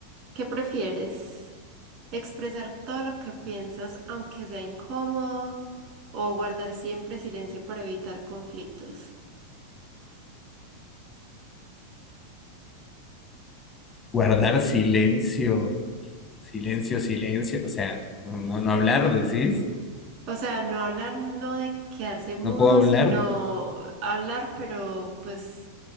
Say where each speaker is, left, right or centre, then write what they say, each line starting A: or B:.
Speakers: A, on the right; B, on the left.
A: ¿Qué prefieres? Expresar todo lo que piensas, aunque sea incómodo, o guardar siempre silencio para evitar conflictos.
B: guardar silencio, silencio, silencio, o sea, no, no hablar, decís,
A: O sea, no hablar, no de quedarse mudo,
B: no puedo hablar.
A: sino hablar, pero pues